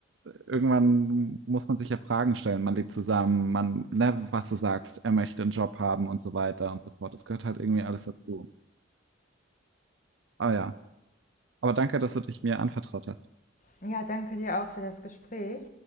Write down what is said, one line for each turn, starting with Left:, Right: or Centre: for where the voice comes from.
Right: irgendwann muss man sich ja Fragen stellen. Man lebt zusammen, man, ne, was du sagst, er möchte einen Job haben und so weiter und so fort. Das gehört halt irgendwie alles dazu. Ah ja. Aber danke, dass du dich mir anvertraut hast.
Left: Ja, danke dir auch für das Gespräch.